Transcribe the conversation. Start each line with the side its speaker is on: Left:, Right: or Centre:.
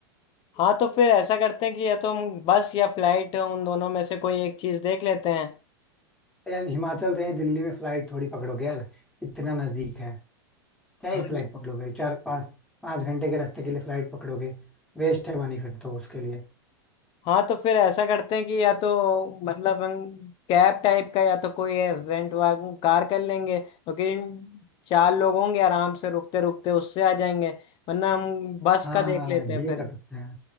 Left: हाँ तो फिर ऐसा करते हैं कि या तो हम बस या फ्लाइट उन दोनों में से कोई एक चीज़ देख लेते हैं
Centre: यार हिमाचल से ही दिल्ली में फ्लाइट थोड़ी पकड़ोगे यार इतना नजदीक है क्या ही
Left: हाँ
Centre: फ्लाइट पकड़ोगे चार पाँच पाँच घंटे के रास्ते के लिए फ्लाइट पकड़ोगे वेस्ट है मनी फिर तो उसके लिए
Left: हाँ तो फिर ऐसा करते हैं कि या तो मतलब हम कैब टाइप का या तो कोई रेंट वाग कार कर लेंगे क्योंकि चार लोग होंगे आराम से रुकते रुकते उससे आ जाएंगे वरना हम बस
Centre: हाँ
Left: का देख लेते
Centre: ये
Left: हैं फिर
Centre: कर सकते हैं